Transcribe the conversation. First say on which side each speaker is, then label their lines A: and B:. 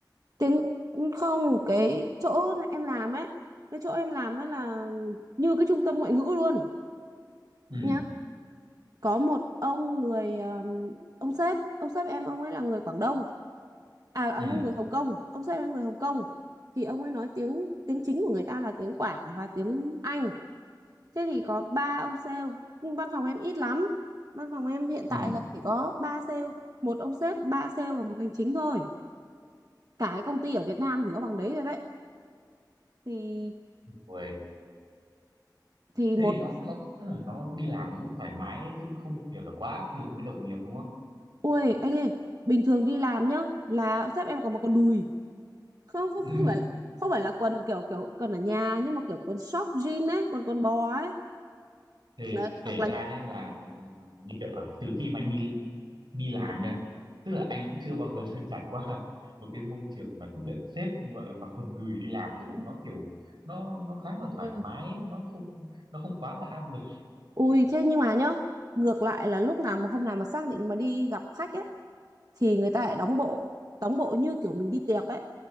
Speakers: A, on the right; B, on the right.
A: tiếng không cái chỗ em làm ấy cái chỗ em làm ấy là như cái trung tâm ngoại ngữ luôn
B: ừ
A: nhá có một ông người ờm, ông sếp ông sếp em ông ấy là người Quảng Đông à, à
B: ừ
A: người Hồng Kông ông sếp em người Hồng Kông thì ông ấy nói tiếng tiếng chính của người ta là tiếng Quảng và tiếng Anh thế thì có ba ông sale nhưng văn phòng em ít lắm văn phòng em hiện
B: ừ
A: tại là chỉ có ba sale một ông sếp ba sale và một hành chính thôi cả cái công ty ở Việt Nam chỉ có bằng đấy rồi đấy thì
B: Uầy,
A: thì
B: thế
A: một
B: thì nó
A: sale
B: nó tức là nó đi làm nó cũng thoải mái ấy, chứ cũng không kiểu là quá áp lực với đồng nghiệp đúng không
A: ui anh ơi bình thường đi làm nhá là sếp em có mặc quần đùi không không
B: <laughs>
A: không phải không phải là quần kiểu kiểu quần ở nhà nhưng mà kiểu quần short jean ấy quần quần bò ấy
B: thì
A: đấy hoặc
B: kể
A: là
B: ra
A: những
B: nhé
A: quần kaki
B: là như kiểu là từ khi mà anh đi đi làm nha tức là anh cũng chưa bao giờ <laughs> được trải qua một cái môi trường mà tức là sếp gọi là mặc quần đùi đi làm tức là nó kiểu nó nó khá là
A: ui
B: thoải mái ấy, nó không nó không quá là áp lực
A: ui thế nhưng mà nhá ngược lại là lúc nào mà hôm nào mà xác định mà đi gặp khách ấy thì người ta lại đóng bộ đóng bộ như kiểu mình đi tiệc ấy